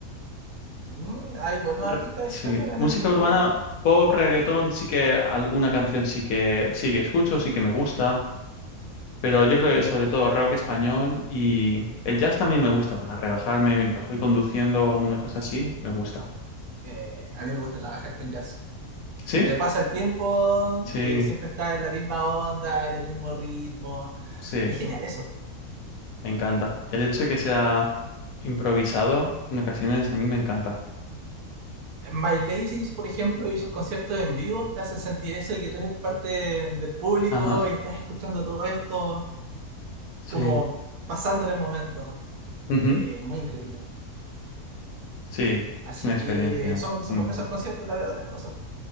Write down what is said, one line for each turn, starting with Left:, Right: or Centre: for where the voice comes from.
Right: mm, hay buenos
Left: Ra-
Right: artistas
Left: Sí,
Right: españoles, al
Left: música
Right: menos conozco
Left: urbana,
Right: dos.
Left: pop, reggaetón, sí que alguna canción sí que, sí que escucho, sí que me gusta. Pero yo creo que sobre todo rock español y el jazz también me gusta para relajarme mientras voy conduciendo, alguna cosa así, me gusta.
Right: Eh, a mí me gusta trabajar con jazz.
Left: ¿Sí?
Right: Se te pasa el tiempo,
Left: Sí,
Right: eh, siempre está en la misma onda, en el mismo ritmo.
Left: sí.
Right: Es genial eso.
Left: Me encanta. El hecho de que sea improvisado en ocasiones a mí me encanta.
Right: Miles Davis, por ejemplo, y sus conciertos en vivo, te hace sentir eso de que tú eres parte de- del público
Left: Ajá,
Right: y estás escuchando todo esto
Left: sí.
Right: como pasando en el momento.
Left: Ujú,
Right: Eh, muy increíble.
Left: Sí,
Right: Así
Left: es una experiencia
Right: que son, son
Left: muy
Right: buenos
Left: buena.
Right: esos conciertos, la verdad, las cosas.